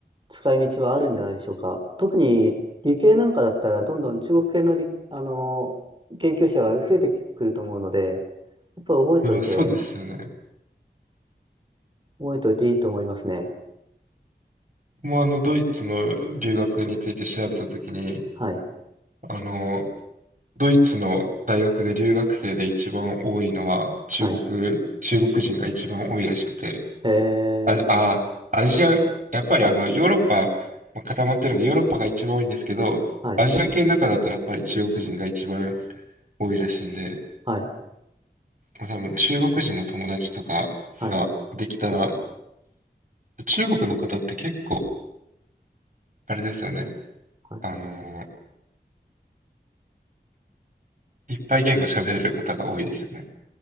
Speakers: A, on the right; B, on the right.
A: 使い道はあるんじゃないでしょうか。特に理系なんかだったらどんどん中国系の理、あの研究者が増えてくると思うので、やっぱり覚えといて、
B: いやそうですよね。
A: 覚えといていいと思いますね。
B: もうあの、ドイツの留学について調べたときに、
A: はい。
B: あの、ドイツの大学で留学生で一番多いのは中国、
A: はい。
B: 中国人が一番多いらしくて、
A: えー、
B: あ、あ、アジア、やっぱりあのヨーロッパ、まあ固まってるんでヨーロッパが一番多いんですけど、
A: はい。
B: アジア系の中だとやっぱり中国人が一番多いらしいんで、
A: はい。
B: まあ、多分中国人の友達とかができたら、
A: はい。
B: 中国の方って結構、あれですよね。
A: はい。
B: あの、いっぱい言語喋れる方が多いですよね。